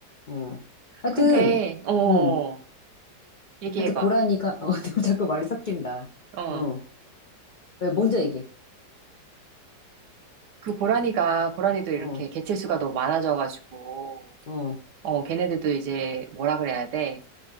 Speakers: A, on the left; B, on the right.
A: 어. 하여튼,
B: 근데 어,
A: 응.
B: 얘기해봐.
A: 하여튼 고라니가 어 <laughs> 내가 자꾸 말이 섞인다.
B: 어.
A: 어. 왜 먼저 얘기해.
B: 그 고라니가 고라니도 이렇게
A: 어.
B: 개체수가 너무 많아져가지고
A: 어.
B: 어, 걔네들도 이제 뭐라 그래야 돼?